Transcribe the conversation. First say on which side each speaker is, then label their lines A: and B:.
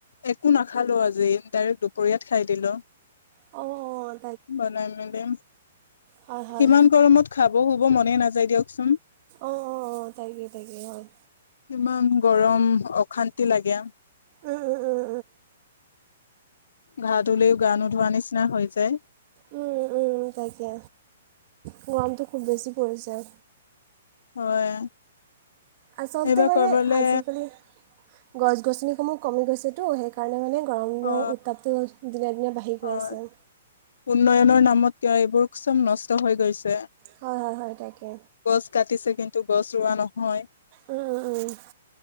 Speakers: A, on the left; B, on the right.
A: একো নাখালো আজি ডাইৰেক্ট দুপৰীয়াত খাই দিলো
B: অ
A: বানাই মেলি
B: হয় হয়
A: ইমান গৰমত খাব-শুব মনে নাযায় দিয়কচোন।
B: অ অ অ তাকে তাকে হয়।
A: ইমান গৰম অশান্তি লাগে
B: উম উম উম
A: ঘা ধুলেও গা নোধোৱা নিচিনা হৈ যায়
B: উম উম উম তাকে গৰমটো খুব বেছি পৰিছে।
A: হয়
B: আচলতে
A: এইবাৰ
B: মানে
A: কৰবালে
B: আজিকালি গছ-গছনিসমূহ কমি গৈছেতো সেইকাৰণে মানে গৰমৰ
A: অ
B: উত্তাপটো দিনে-দিনে বাঢ়ি
A: হয়
B: গৈ আছে।
A: উন্নয়নৰ নামত কিয় এইবোৰ চব নষ্ট হৈ গৈছে
B: হয় হয় হয় তাকে
A: গছ কাটিছে কিন্তু গছ ৰোৱা নহয়।
B: উম-উম-উম